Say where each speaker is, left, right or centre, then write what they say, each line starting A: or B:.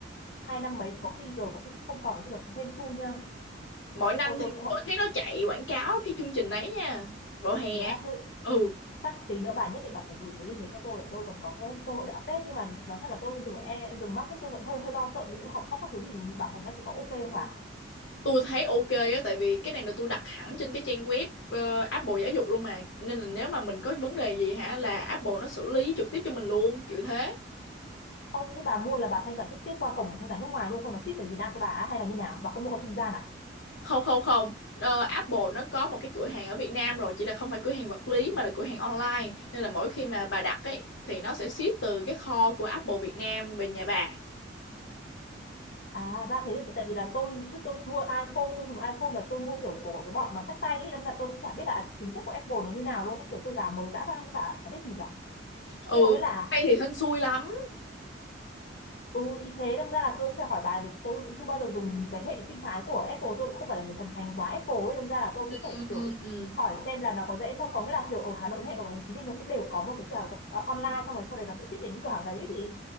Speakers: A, on the left (about 55°); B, on the left (about 70°).
A: Hai năm mấy thì có khi rồi có khi cũng không còn nữa chứ được cũng hên xui nha.
B: mỗi năm
A: Thôi
B: thì
A: tôi cũng mọi
B: tôi thấy nó chạy quảng cáo cái chương trình đấy nha vào hè
A: thế à,
B: ấy.
A: thế
B: ừ
A: chắc tí nữa bà nhất định bà phải gửi cái link đấy cho tôi để tôi còn có cơ, hội để update nhưng mà nói thật là tôi dùng e dùng MacBook tôi vẫn hơi hơi lo sợ ví dụ học khóc các thứ thì bảo hành các thứ có ok không bà
B: tôi thấy ok á tại vì cái này là tôi đặt hẳn trên cái trang web ờ, Apple giáo dục luôn mà nên là nếu mà mình có vấn đề gì hả là Apple nó xử lý trực tiếp cho mình luôn kiểu thế
A: Ô, thế bà mua là bà thanh toán trực tiếp qua cổng thanh toán nước ngoài luôn xong nó ship về Việt Nam cho bà á, hay là như nào bà không mua qua trung gian à
B: không không không Ờ, Apple nó có một cái cửa hàng ở Việt Nam rồi chỉ là không phải cửa hàng vật lý mà là cửa hàng online nên là mỗi khi mà bà đặt ấy thì nó sẽ ship từ cái kho của Apple Việt Nam về nhà bà
A: à ra thế thì tại vì là tôi trước tôi mua iPhone tôi dùng iPhone là tôi mua kiểu của cái bọn mà xách tay ấy đâm ra tôi cũng chả biết là chính sách của Apple nó như nào luôn ấy. kiểu tôi gà mờ dã van bà chả biết gì cả
B: ừ
A: thế có nghĩa là
B: tay thì hên xui lắm
A: Ừ thì thế đâm ra là tôi cũng phải hỏi bà vì tôi cũng chưa bao giờ dùng cái hệ sinh thái của Apple tôi cũng không phải là người thần thánh quá Apple ấy đâm ra là tôi cũng
B: Ừm,
A: phải kiểu hỏi xem là nó có dễ không có nghĩa là kiểu ở Hà Nội hay ở Hồ Chí Minh nó cũng đều có một cái cửa hàng ờ, online xong rồi sau đấy nó sẽ ship đến cái cửa hàng đấy ấy gì